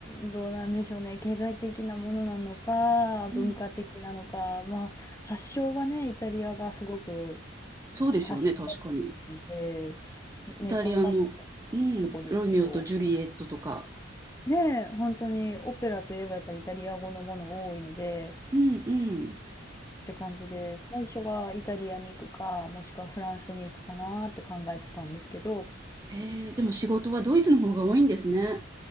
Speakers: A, on the left; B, on the right.
A: ん、どうなんでしょうね。経済的なものなのか、
B: うん、
A: 文化的なのか、まあ、発祥はね、イタリアがすごく
B: そうですよね、
A: 発祥だと思うので、
B: 確かに。
A: ね、
B: イタリアの、
A: 頑張ってほしいとこですけど。
B: うん、ロミオとジュリエットとか。
A: ねえ、本当にオペラといえばやっぱりイタリア語のもの多いので
B: うんうん。
A: って感じで、最初はイタリアに行くか、もしくはフランスに行くかなって考えてたんですけど、
B: へえ、でも仕事はドイツの方が多いんですね。